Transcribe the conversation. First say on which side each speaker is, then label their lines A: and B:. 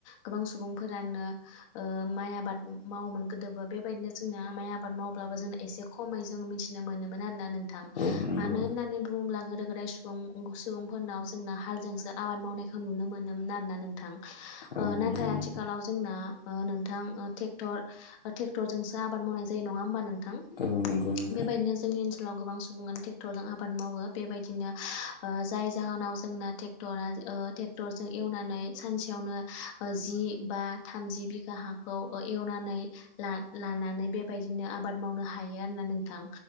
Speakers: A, on the left; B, on the left.
A: गोबां सुबुंफोरानो ओ माइ आबाद मावोमोन गोदोबो बेबायदिनो जोंना माइ आबाद मावब्लाबो जों एसे खमै जों मिथिनो मोनोमोन। रोना नोंथां
B: औ नंगौ
A: मानो होननानै बुंङोब्ला गोदो गोदाय सुबुं सुबुंफोरनाव जोंना हालजोंसो आबाद मावनायखौ नुनो मोनोमोन आरोना नोंथां
B: औ
A: ओ
B: नंगौ
A: नाथाय आथिखालाव जोंना ओ नों थां ट्रेक्टरजोंसो आबाद मावनाय जा यो नङा हबा नोंथां
B: औ नंगौ नोंथां
A: बेबायदिनो जोंनिथिं आथिखालाव गोबां सुबुङानो ट्रेक्टरजों आबाद मावो बेबायदिनो ओ जाय जाहोनाव जोंना ट्रेक्टरा ओ ट्रेक्टरजों एवनानै सानसेयावनो जि बा थामजि बिघा हा खौ एवनानै ला लानानै बेबायदिनो आबाद मावनो हायो आरोना नों थां